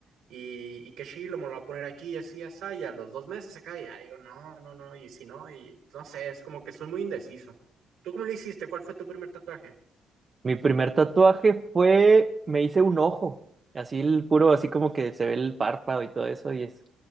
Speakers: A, on the right; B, on the right.
A: Y, y qué chilo, me lo voy a poner aquí y así, y así, y a los dos meses acá, y ya digo, no, no, no, y si no, y no sé, es como que soy muy indeciso. ¿Tú cómo le hiciste? ¿Cuál fue tu primer tatuaje?
B: Mi primer tatuaje fue, me hice un ojo, así el puro, así como que se ve el párpado y todo eso, y es,